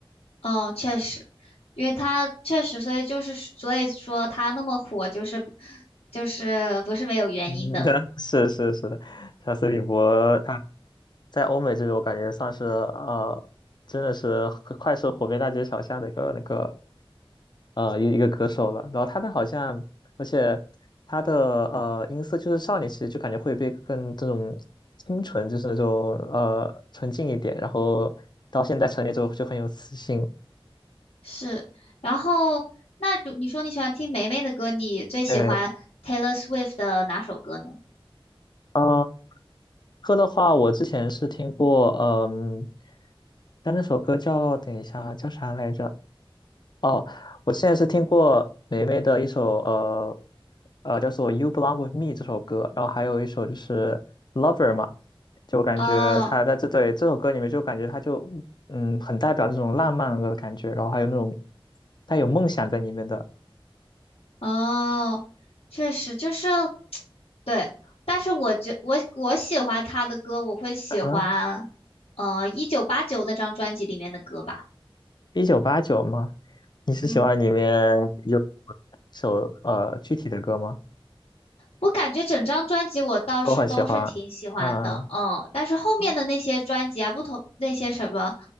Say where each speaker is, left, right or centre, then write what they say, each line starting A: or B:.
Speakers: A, on the left; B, on the left.
A: 嗯，确实，因为他确实，所以就是所以说他那么火，就是就是不是没有原因的，
B: 嗯，<laughs> 对，是是是的，贾斯汀比伯他在欧美这边，我感觉算是呃，真的是快快是火遍大街小巷的一个那个呃一一个歌手了。然后他的好像，而且他的呃音色就是少年，其实就感觉会被更这种清纯，就是那种呃纯净一点。然后到现在成年之后就很有磁性。
A: 是。然后那如你说你喜欢听梅梅的歌，你最喜欢
B: 对，
A: Taylor Swift 的哪首歌呢？
B: 呃，歌的话，我之前是听过，嗯、但那首歌叫等一下叫啥来着？哦，我现在是听过霉霉的一首呃呃叫做《You Belong with Me》这首歌，然后还有一首就是《Lover》嘛，就感觉他在这对这首歌里面就感觉他就嗯很代表这种浪漫的感觉，
A: 哦，
B: 然后还有那种带有梦想在里面的。
A: 哦，确实就是 <tsk> 对，但是我觉我我喜欢他的歌，我会喜欢呃一九八九那张专辑里面的歌吧。
B: 嗯哼，一九八九吗？你是喜欢里面有一
A: 嗯，
B: 首呃具体的歌吗？
A: 我感觉整张专辑我倒是都是挺喜欢的，
B: 我很喜欢啊，
A: 嗯，但是后面的那些专辑啊，
B: 啊，
A: 不同那些什么，